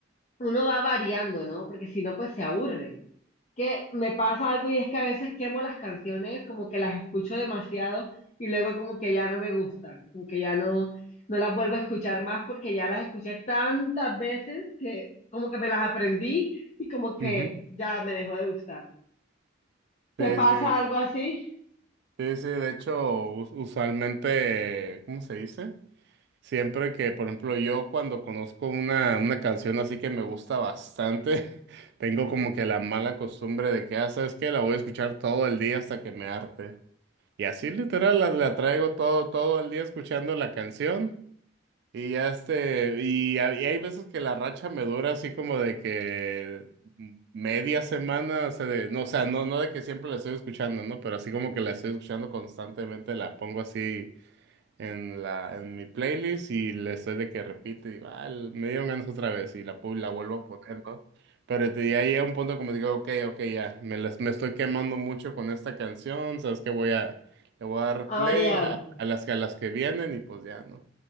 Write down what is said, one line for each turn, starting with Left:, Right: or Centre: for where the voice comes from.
Left: uno va variando, ¿no? Porque si no, pues se aburre que me pasa algo y es que a veces quemo las canciones, como que las escucho demasiado y luego como que ya no me gustan, como que ya no, no las vuelvo a escuchar más porque ya las escuché tantas veces que como que me las aprendí y como que
Right: ujú.
Left: ya me dejó de gustar. ¿Te
Right: Sí,
Left: pasa
Right: sí,
Left: algo así?
Right: sí, sí, de hecho, us- usualmente, ¿cómo se dice? Siempre que, por ejemplo, yo cuando conozco una, una canción así que me gusta bastante, <laughs> tengo como que la mala costumbre de que, ah, ¿sabes qué? La voy a escuchar todo el día hasta que me harte. Y así literal la, la traigo todo, todo el día escuchando la canción. Y ya este, y, ha- y hay veces que la racha me dura así como de que media semana, o sea, de- no, o sea, no, no de que siempre la estoy escuchando, ¿no? Pero así como que la estoy escuchando constantemente, la pongo así en la, en mi playlist y le estoy de que repite, digo, ah, l- me dieron ganas otra vez y la, pu- la vuelvo a poner, ¿no? Pero te- ya llega un punto como digo, ok, ok, ya, me, las- me estoy quemando mucho con esta canción, sabes que voy a, le voy a dar
Left: A
Right: play
Left: variar.
Right: a, a las, que- a las que vienen y pues ya, ¿no?